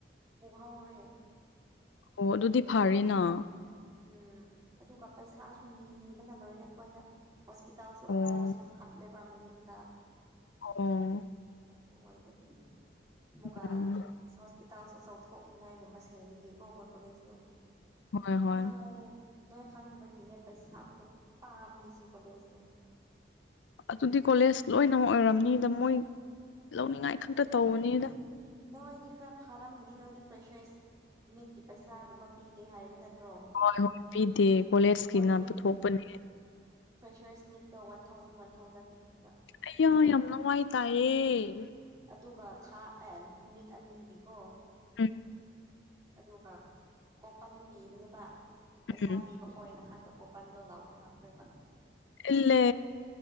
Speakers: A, on the right; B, on the left.
A: ꯄꯨꯍꯧꯔꯦ
B: ꯑꯣ ꯑꯗꯨꯗꯤ ꯐꯔꯦꯅ
A: ꯎꯝ ꯑꯗꯨꯒ ꯄꯩꯁꯥꯁꯨ ꯅꯤꯕꯅ ꯂꯣꯏꯔꯦ ꯑꯩꯈꯣꯏꯗ ꯍꯣꯁꯄꯤꯇꯥꯜꯁꯨ
B: ꯑꯣ
A: ꯑꯅꯥꯎꯕ ꯁꯦꯝꯒꯠꯂꯦꯕ ꯃꯅꯤꯡꯗ
B: ꯑꯣ
A: ꯑꯗꯨ ꯑꯣꯏꯕꯒꯤ ꯃꯨꯛꯀ
B: ꯎꯝ
A: ꯍꯣꯁꯄꯤꯇꯥꯜꯁꯨ ꯆꯥꯎꯊꯣꯛꯅꯤꯡꯉꯥꯏꯒꯨꯝꯕ ꯁꯦꯝꯕꯒꯤꯀꯣ ꯑꯩꯈꯣꯏ ꯀꯣꯂꯦꯖꯁꯨ
B: ꯍꯣꯏ ꯍꯣꯏ
A: ꯑ ꯅꯣꯏ ꯈꯥꯟꯕꯅꯤꯅꯦ ꯄꯩꯁꯥ ꯀꯨ ꯄꯝꯂꯤꯁ‌ꯦ ꯀ‌ꯣꯂ‌ꯦꯖꯇ‌ꯣ
B: ꯑꯗꯨꯗꯤ ꯀꯣꯂꯦꯖ ꯂꯣꯏꯅꯃꯛ ꯑꯣꯏꯔꯝꯅꯤꯗ ꯃꯣꯏ ꯂꯧꯅꯤꯡꯉꯥꯏ ꯈꯛꯇ
A: <unintelligible>
B: ꯇꯧꯕꯅꯤꯗ
A: ꯅꯣꯏꯗꯤ ꯈꯔ ꯐꯥꯔꯝꯃꯤꯅꯤ ꯅꯣꯏꯗꯤ ꯐ꯭ꯔꯦꯁꯦꯁ ꯃꯤꯠꯀꯤ ꯄꯩꯁꯥꯒꯨꯝꯕ ꯄꯤꯗꯦ ꯍꯥꯏꯕ ꯅꯠꯇ꯭ꯔꯣ
B: ꯍꯣꯏ ꯍꯣꯏ ꯄꯤꯗꯦ ꯀꯣꯂꯦꯖꯀꯤꯅ
A: ꯑꯩꯈꯣꯏꯗꯤ
B: ꯄꯨꯊꯣꯛꯄꯅꯤ
A: ꯐ꯭ꯔꯦꯁꯔꯁ ꯃꯤꯠꯇ ꯋꯥꯟ ꯊꯥꯎꯖꯟ ꯋꯥꯟ ꯊꯥꯎꯖꯟꯅꯤ ꯄꯤꯕ
B: ꯑꯩꯌꯥ ꯌꯥꯝ ꯂꯋꯥꯏ ꯇꯥꯏꯌꯦ
A: ꯑꯗꯨꯒ ꯊꯥ ꯑꯦ ꯅꯨꯃꯤꯠ ꯑꯅꯤꯒꯤꯀꯣ
B: ꯎꯝ
A: ꯑꯗꯨꯒ ꯀꯣꯄꯟ ꯄꯤꯕꯅꯦꯕ ꯄꯩꯁꯥ
B: ꯎꯝ
A: ꯄꯤꯕ ꯑꯈ‌ꯣꯏꯅ ꯈꯛꯇ ꯀꯣꯄꯟꯗꯣ ꯂꯥꯎꯕ ꯐꯪꯗꯣꯏꯕ
B: ꯏꯜꯂꯦ